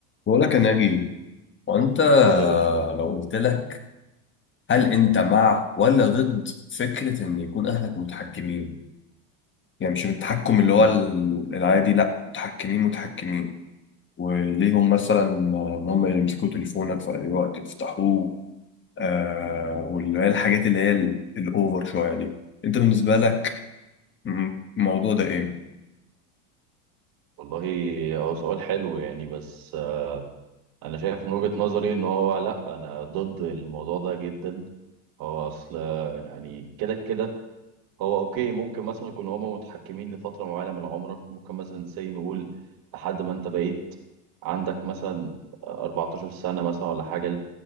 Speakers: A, on the left; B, on the right.
A: بقول لك يا ناجي وانت
B: قول يا باشا
A: لو قلت لك هل
B: مم.
A: انت مع ولا ضد فكرة ان يكون اهلك متحكمين يعني مش التحكم اللي
B: مم.
A: هو ال- العادي لا متحكمين متحكمين وليهم مثلا ان هم يمسكوا تليفونك في اي وقت يفتحوه آه واللي هي الحاجات اللي هي ال- الاوفر شوية دي انت بالنسبة لك م- الموضوع ده ايه
B: والله هو سؤال حلو يعني بس آه، انا شايف من وجهة نظري ان هو لا انا ضد الموضوع ده جدا هو اصل آه، يعني كده كده هو اوكي ممكن مثلا يكونوا هما متحكمين لفترة معينة من عمرك ممكن مثلا سي نقول لحد ما انت بقيت عندك مثلا 14 سنة مثلا ولا حاجة